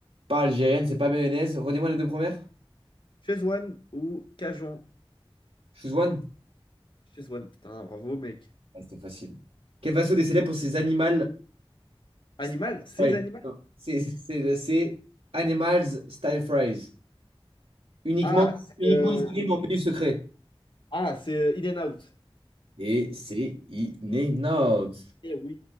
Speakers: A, on the right (about 80°); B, on the left (about 55°).
A: pas algérienne, c'est pas mayonnaise. Redis-moi les deux premières.
B: Szechuan ou Cajun?
A: Choose one.
B: Szechuan, putain, bravo mec.
A: Ah, c'était facile. Quel fast-food est célèbre pour ses animaux
B: Animal?
A: Style
B: Ces
A: Fries.
B: animal?
A: Non, C'est c'est- c'est c'est Animals Style Fries. Uniquement,
B: Ah, c'est
A: uniquement
B: euh,
A: disponible en menu secret.
B: ah, c'est euh, In and Out.
A: Et c'est In and Out.
B: Eh oui,